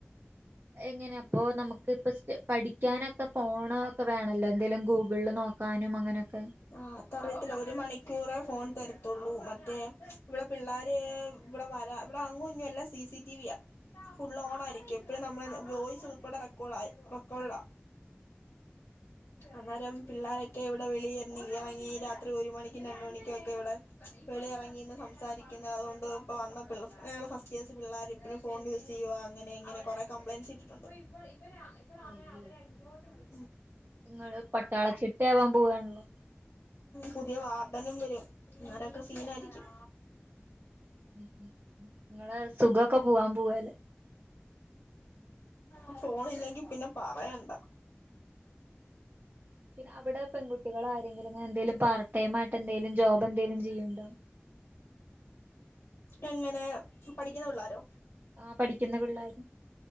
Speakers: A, on the right; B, on the left.
A: എങ്ങനെയ അപ്പൊ നമുക്ക് ഇപ്പ പഠിക്കാനൊക്കെ ഫോൺ ഒക്കെ വേണല്ലോ എന്തേങ്കിലും ഗൂഗിളില് നോ ക്കാനും അങ്ങനൊക്കെ
B: ആഹ് അത് അറിയത്തില്ല ഒരു മണിക്കൂറെ ഫോൺ തരത്തുള്ളൂ മറ്റേ ഇവിടെ പിള്ളോര് ഇവിടെ വരാ ഇവിടെ അങ്ങു ഇങ്ങും എല്ല സി സി ടി വി യ. ഫുള് ഓൺ ആായിരിക്കും എപ്പഴും നമ്മള വോയിസ് ഉൾപ്പെടെ റെക്കോർഡ റെക്കോർഡാ. അന്നേരം പിള്ളാരൊക്കെ ഇവിടെ വെളിയ ഇറങ്ങി രാത്രി ഒരു മണിക്കും രണ്ട മണിക്കുംൊക്കെ ഇവിടെ വെളിയിറങ്ങിന്ന് സംസാരിക്കുന്നത് അതുകൊണ്ടും ഇപ്പോൾ വന്ന പ ഞങ്ങൾ ഫസ്റ്റ് ഇയേയ്‌സ് പിള്ളാര് പ്പയും ഫോൺ യൂസ് ചെയ്യുക അങ്ങനെ ഇങ്ങനെ കുറെ കംപ്ലയിൻറ്സ് കിഇട്ടിട്ടുണ്ട്. ഇവ ഇവിടെങ്ങനെ
A: അയ്യോ
B: അവരെങ്ങോട്ട് വിള്
A: നിങ്ങള് പട്ടാള ചിട്ടയാവാൻ പോവാണല്ലോ?
B: പുതിയ വാർഡനും വരും ഇന്നാരൊക്കെ സീനആയിരിക്കും.
A: ഉ നിങ്ങളെ സുഖൊക്കെ പോവാൻ പോവല്ലേ.
B: ഉ ഫോൺ ഇല്ലെങ്കി പിന്നെ പറയണ്ടാ.
A: പിന്നെ അവിടെ പെൺകുട്ടികൾ ആരെങ്കിലും അങ്ങനെ എന്തെലും പാർ ട്ടേമാട്ട് എന്തേങ്കലും ജോബ് എന്തേലും ചെയ്യണ്ടോ?
B: എങ്ങനെ പഠിക്കുന്ന പിള്ളോരോ?
A: ആഹ പഠിക്കുന്ന പിള്ളാര്.